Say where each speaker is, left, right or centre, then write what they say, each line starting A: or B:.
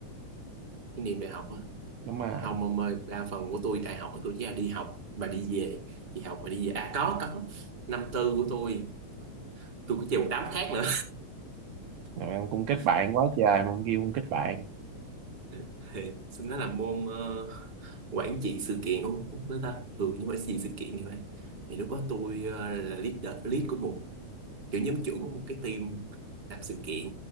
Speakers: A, on the right (about 20°); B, on the right (about 70°).
A: cái niềm đại học á
B: đúng rồi
A: không ông ơi đa phần của tôi đại học tôi chỉ là đi học và đi về đi học và đi về à có có năm tư của tôi tôi có chơi một đám khác nữa
B: Rồi em cũng kết bạn quá trời mà kêu cũng kết bạn
A: <laughs> thì xin nói là môn ờ, quản trị sự kiện không đó ta thường như quản trị sự kiện như vậy thì lúc đó tôi ờ, là leader lead của một kiểu nhóm trưởng của một cái team làm sự kiện